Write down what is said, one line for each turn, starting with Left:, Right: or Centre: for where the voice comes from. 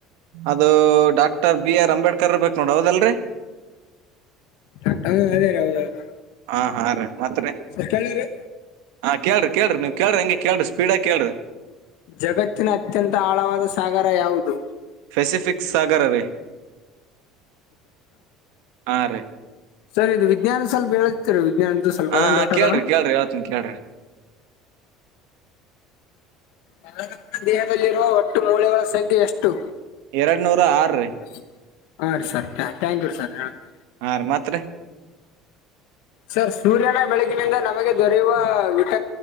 Right: ಅದು ಡಾಕ್ಟರ್ ಬಿ ಆರ್ ಅಂಬೇಡ್ಕರ್ ಬೇಕಕ್ ನೋಡ ಹೌದಲ್ರರಿ
Left: ಹಾ ಅದೇ ರ ಹೌದೌದು
Right: ಹಾ ಹಾ ರೀ ಮಾತ್ರ
Left: ಸರ್ ಕೇಳಿರಿ
Right: ಹಾ ಕೇಳ್ರರಿ ಕೇಳಿ ನೀವು ಕೇಳ್ರಿ ಹಂಗೆಳರಿ ಸ್ಪೀಡಾಗ ಕೇಳ್ರಿ
Left: ಜಗತ್ತಿನ ಅತ್ಯಂತ ಆಳವಾದ ಸಾಗರ ಯಾವುದು
Right: ಪೆಸಿಫಿಕ್ ಸಾಗರ ರೀ ಹಾ ರೀ
Left: ಸರಿ ಇದು ವಿಜ್ಞಾನ ಸ್ವಲ್ಪ ಹೇಳತಿರಿ ವಿಜ್ಞಾನ ಅಂತ ಸ್ವಲ್ಪ
Right: ಹಾ
Left: ಅದೊ
Right: ಹಾ
Left: ಡೌಟ್
Right: ಕೇಳ್ರಿ
Left: ಅದಾವ
Right: ಕೇಳ್ರಿ ಹೇಳ್ತೀನಿ ಕೇಳ್ರಿ
Left: ಎಲ್ಲ ದೇಹದಲ್ಲಿರುವ ಒಟ್ಟು ಮೂಳೆಗಳ ಸಂಖ್ಯೆ ಎಷ್ಟು
Right: ಎರಡು ನೂರ ಆರ ರೀ
Left: <inaudible>
Right: ಹಾ ರ ಮಾತ್ರ
Left: ಸರ್ ಸೂರ್ಯನ ಬೆಳಗಿನಿಂದ ನಮಗೆ ದೊರೆಯುವ ವಿಟ